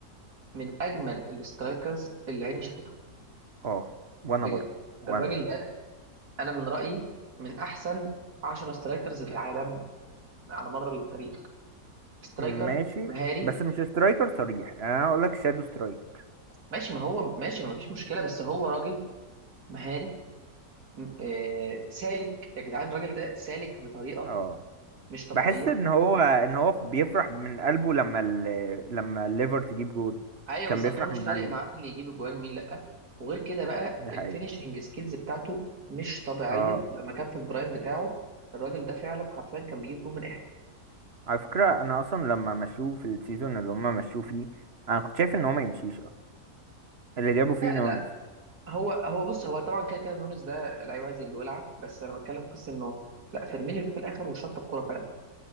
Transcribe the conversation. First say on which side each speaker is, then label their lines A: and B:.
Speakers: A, on the right (about 75°); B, on the right (about 45°).
A: من اجمل الاسترايكرز اللي عيني شافتهم
B: اه وانا
A: بجد
B: برضو وانا
A: الراجل ده انا من رايي من احسن 10 سترايكرز في العالم على مر التاريخ سترايكر
B: ماشي
A: مهاري
B: بس مش سترايكر صريح يعني انا هقول لك شادو سترايكر
A: ماشي ما هو ماشي ما فيش مشكله بس هو راجل مهاري آه، سالك يا جدعان الراجل ده سالك بطريقه
B: اه
A: مش طبيعيه
B: بحس ان هو ان هو بيفرح من قلبه لما ال... لما الليفر تجيب جول
A: ايوه
B: كان
A: بالظبط
B: بيفرح
A: هو مش
B: من
A: فارق
B: قلبه
A: معاه مين اللي يجيب اجوان ومين لا وغير كده بقى
B: دي
A: الفينشنج
B: حقيقة
A: سكيلز بتاعته مش طبيعيه
B: اه
A: لما كان في البرايم بتاعه الراجل ده فعلا حرفيا كان بيجيب جون من اي حته
B: على فكرة انا اصلا لما مشوه في السيزون اللي هما مشوه فيه انا كنت شايف ان هو ما يمشيش اصلا اللي جابوا فيه
A: لا
B: نونز
A: لا هو هو بص هو طبعا كده كده نونز ده لعيب عايز الولعه بس انا بتكلم في قصه انه لا فيرمينيو جه في الاخر وشط الكوره فعلا